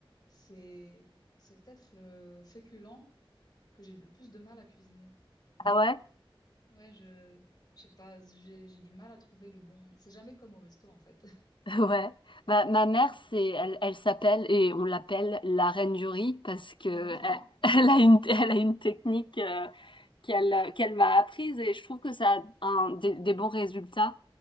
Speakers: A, on the left; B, on the left.
A: c'est c'est peut-être le féculent que j'ai le plus de mal à cuisiner.
B: ah ouais?
A: Ouais, je, je sais pas, j'ai, j'ai du mal à trouver le bon. C'est jamais comme au resto, en fait. <laughs>
B: Ouais, bah, ma mère, c'est, elle, elle s'appelle et on l'appelle la reine du riz parce que
A: Mais non.
B: elle, <laughs> elle a une, elle a une technique euh, qu'elle, qu'elle m'a apprise et je trouve que ça a un- des, des bons résultats.